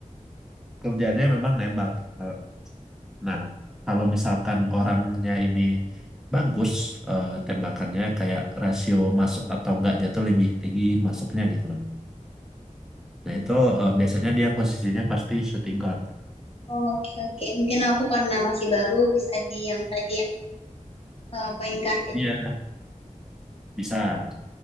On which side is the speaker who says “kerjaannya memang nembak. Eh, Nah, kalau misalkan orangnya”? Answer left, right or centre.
Centre